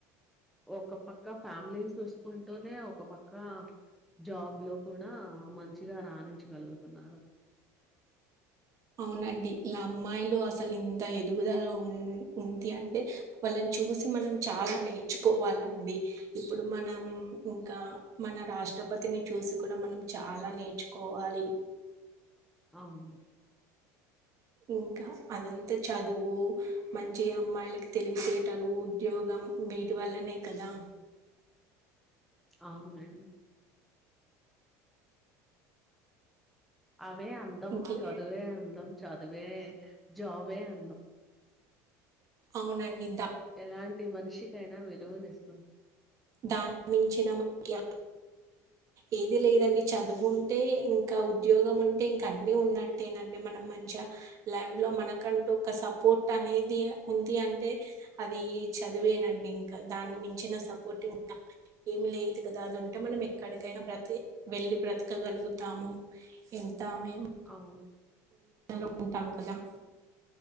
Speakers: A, in the centre; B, on the right (about 40°).
A: ఒక పక్క ఫ్యామిలీని చూసుకుంటూనే ఒక పక్క జాబ్ లో కూడా మంచిగా రాణించగలుగుతున్నారు
B: అవునండి ఇలా అమ్మాయిలు అసలు ఇంత ఎదుగుదల ఉ ఉంది అంటే వాళ్ళని చూసి మనం చాలా నేర్చుకోవాలండి ఇప్పుడు మనం ఇంకా మన రాష్ట్రపతిని చూసి కూడా మనం చాలా నేర్చుకోవాలి
A: అవును
B: ఇంకా అదంతా చదువు మంచి అమ్మాయిలకి తెలివితేటలు ఉద్యోగం వీటి వల్లనే కదా
A: అవునండి అవే అందం
B: ఇంకే
A: చదువే అందం చదువే జాబే అందం
B: అవునండి దా
A: ఎలాంటి మనిషికైనా విలువనిస్తుంది
B: దానికి మించిన మనకి ఏది లేదండి చదువు ఉంటే ఇంకా ఉద్యోగం ఉంటే ఇంకా అన్ని ఉన్నట్టేనండి మనం మంచిగా లైఫ్ లో మనకంటూ ఒక సపోర్ట్ అనేది ఉంది అంటే అది చదివేనండి ఇంకా దాన్ని మించిన సపోర్ట్ ఇంకా ఏమి లేదు కదా అది ఉంటే మనం ఎక్కడికైనా బ్రతి వెళ్ళి బ్రతకగలుగుతాము ఎంతామే
A: అవును
B: అలో ఉంటామ్ క